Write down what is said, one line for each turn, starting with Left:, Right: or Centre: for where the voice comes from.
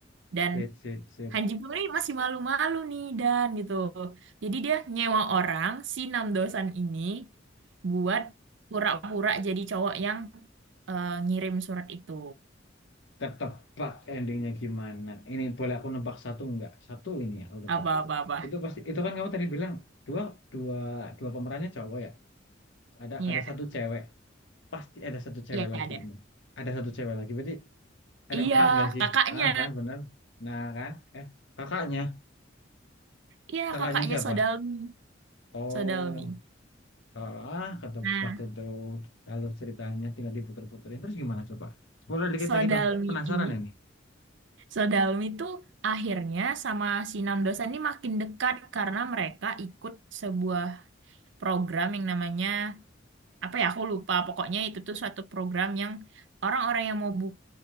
Right: Dan
Left: Sip, sip, sip.
Right: Hanji Pam ini masih malu-malu nih dan gitu. Jadi dia nyewa orang si Namdosan ini buat pura-pura jadi cowok yang eh, ngirim surat itu.
Left: ketebak endingnya gimana ini boleh aku nebak satu nggak satu ini ya aku nebak
Right: Apa-apa-apa.
Left: itu pasti itu kan kamu tadi bilang dua dua dua pemerannya cowok ya ada
Right: Iya,
Left: ada satu cewek pasti ada satu cewek
Right: iya
Left: lagi
Right: ada.
Left: ini ada satu cewek lagi berarti ada
Right: Iya,
Left: empat nggak sih
Right: kakaknya.
Left: ah kan bener nah kan eh kakaknya
Right: Iya,
Left: kakaknya
Right: kakaknya
Left: siapa
Right: Sodalmi.
Left: oh
Right: Sodalmi.
Left: ah ketebak
Right: Nah,
Left: itu alur ceritanya tinggal diputer-puterin terus gimana coba spoiler dikit
Right: Sodalmi
Left: lagi dong penasaran
Right: ini,
Left: ini
Right: Sodalmi tuh akhirnya sama si Namdosan ini makin dekat karena mereka ikut sebuah program yang namanya apa ya aku lupa pokoknya itu tuh suatu program yang orang-orang yang mau bu-